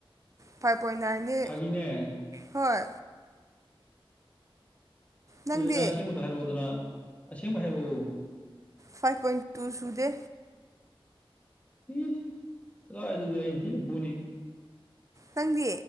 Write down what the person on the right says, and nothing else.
ꯐꯥꯏꯚ ꯄꯣꯏꯟ ꯅꯥꯏꯟꯅꯦ
ꯍꯣꯏ ꯅꯪꯗꯤ
ꯐꯥꯏꯚ ꯄꯣꯏꯟ ꯇꯨ ꯁꯨꯗꯦ
ꯅꯪꯗꯤ